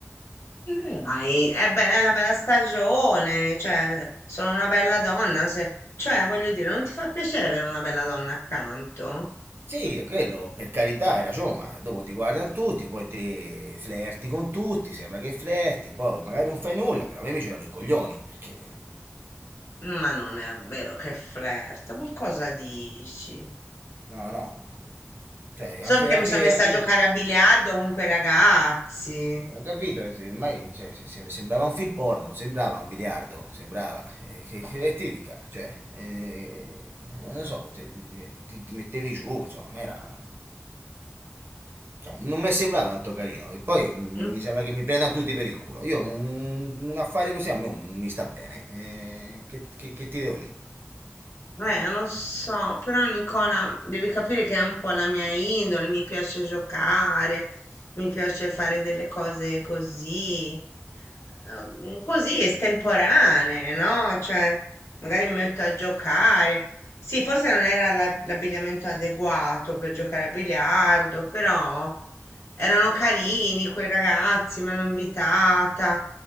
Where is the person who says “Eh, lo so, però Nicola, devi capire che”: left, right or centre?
Left